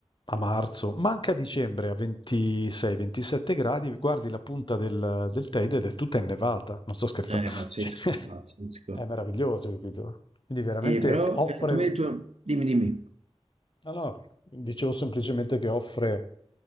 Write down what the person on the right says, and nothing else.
È pazzesco,
pazzesco.
Eh, però
eh, tu mi
hai detto, dimmi, dimmi.